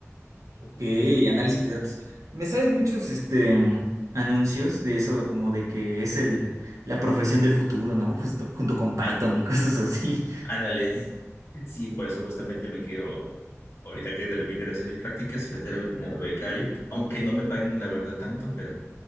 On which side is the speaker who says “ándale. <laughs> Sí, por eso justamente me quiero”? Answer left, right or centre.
Left